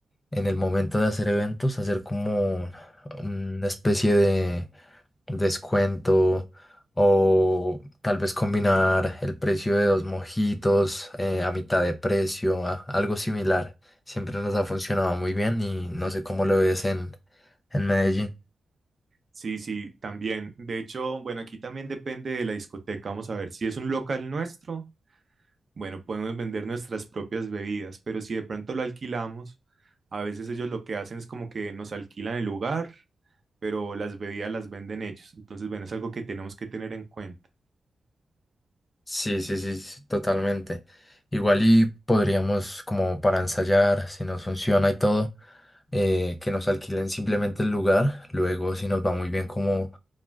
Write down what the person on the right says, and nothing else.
Sí, sí, también. De hecho, bueno, aquí también depende de la discoteca. Vamos a ver si es un local nuestro Bueno, podemos vender nuestras propias bebidas, pero si de pronto lo alquilamos, a veces ellos lo que hacen es como que nos alquilan el lugar, pero las bebidas las venden ellos. Entonces, bueno, es algo que tenemos que tener en cuenta.